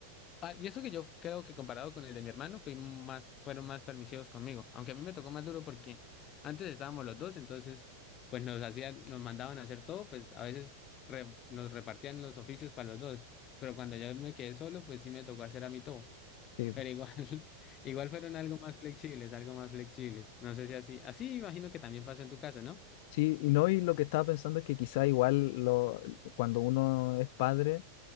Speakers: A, on the left; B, on the left.
A: ah, y eso que yo creo que comparado con el de mi hermano, fui más, fueron más permisivos conmigo, aunque a mí me tocó más duro porque antes estábamos los dos, entonces, pues nos hacían, nos mandaban a hacer todo, pues a veces re- nos repartían los oficios para los dos, pero cuando yo me quedé solo, pues sí me tocó hacer a mí todo.
B: sí,
A: Pero igual, <laughs> igual fueron algo más flexibles, algo más flexibles. No sé si así, así imagino que también pasó en tu casa, ¿no?
B: Sí, y no, y lo que estaba pensando es que quizá igual lo, cuando uno es padre,